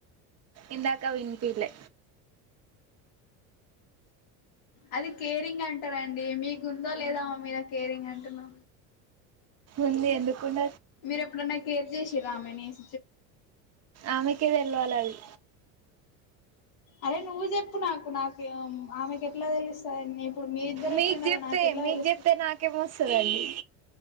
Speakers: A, on the right; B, on the left.
A: ఇందాక వినిపీలే
B: అది కేరింగ్ అంటారండి మీకుందో లేదో ఆమె మీద కేరింగ్ అంటున్నా
A: ఉంది ఎందుకు ఉండ
B: మీరు ఎప్పుడన్నా కేర్ చేసిర్రా ఆమెని <inaudible>
A: ఆమెకే తెల్వాలి అది
B: అదే నువ్వు చెప్పు నాకు నాకే <unintelligible> ఆమెకు ఎట్లా తెలుస్తా <inaudible> ఇప్పుడు మీ ఇద్దరూ
A: మీకు
B: ఎట్లున్నారో
A: చెప్తే
B: నాకు ఎట్లా
A: మీకు
B: తెలుస్తా
A: చెప్తే
B: <inaudible>
A: నాకేమొస్తదండి